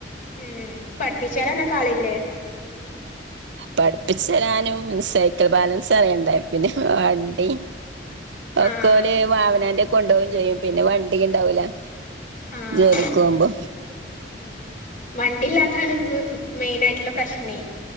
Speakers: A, on the left (about 50°); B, on the right (about 85°).
A: ഉം പഠപ്പിച്ചരാനോക്കെ ആളില്ലേ
B: പഠിപ്പിച്ചു തരാനും സൈക്കിൾ ബാലൻസ് അറിയണ്ടേ ഉം പിന്നെ വണ്ടി ഒക്കെല്
A: ആഹ്
B: അവനാന്റെ ഒക്ക കൊണ്ടുപോകയും ചെയ്യും പിന്നെ വണ്ടി ഉണ്ടാവൂല
A: ആഹ
B: ജോലിക്ക് പോകുമ്പോ
A: ഉം വണ്ടില്ലാത്താണ് ഉം മെയിനായിട്ടുള്ള പ്രശ്നേ